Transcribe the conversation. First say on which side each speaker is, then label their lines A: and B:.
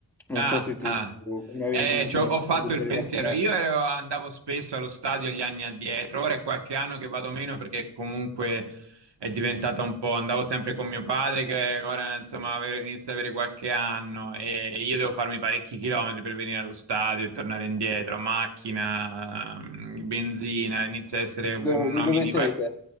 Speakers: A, in the centre; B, on the right.
A: Non
B: Ah,
A: so se tu
B: ah.
A: come avevi
B: Eh,
A: in mente
B: c'ho-
A: di
B: ho ho fatto
A: vedere
B: il pensiero.
A: la finale.
B: Io ero- andavo spesso allo stadio gli anni addietro, ora è qualche anno che vado meno perché comunque è diventata un po', andavo sempre con mio padre che ora insomma ave- inizia ad avere qualche anno e io devo farmi parecchi chilometri per venire allo stadio e tornare indietro, macchina, mm, benzina, inizia a essere una
A: Do- di dove
B: mini
A: sei
B: va-
A: te?